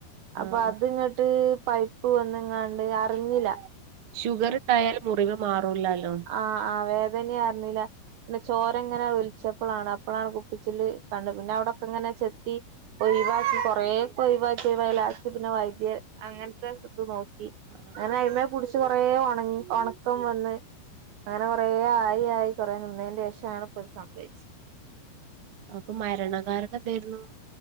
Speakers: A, on the right; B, on the right.
A: അപ്പ
B: ആഹ് ആഹ്
A: അത്ങ്ങട്ട് പൈപ്പ് വന്ന്ങ്ങാണ്ട് അറിഞ്ഞില
B: ഷുഗറ്ണ്ടായാലും മുറിവ് മാറൂല്ലാലോ
A: ആഹ് ആഹ് വേദനയാർന്നില പിന്നെ ചോരങ്ങനെ ഒൽച്ചപ്പളാണ് അപ്പളാണ് കുപ്പിച്ചില് കണ്ട് പിന്നവിടൊക്കങ്ങനെ ചെത്തി ഒയ്‌‌വാക്കി കൊറേക്കൊയ്‌വാക്കി വയ്‌ ലാസ്റ്റ്‌ പിന്നെ വൈദ്യ അങ്ങൻത്തെ സ് അത് നോ ക്കി
B: ആഹ്
A: അങ്ങനെ അയിമ്മെ പുടിച്ച് കൊറേ ഒണങ്ങി ഒണക്കം വന്ന് അങ്ങനെ കൊറേ ആയി ആയി കൊറേ നിന്നേന്റെഷാണിപ്പത് സംഭവിച്ച
B: അപ്പ മരണകാരണെന്തേയിരുന്നു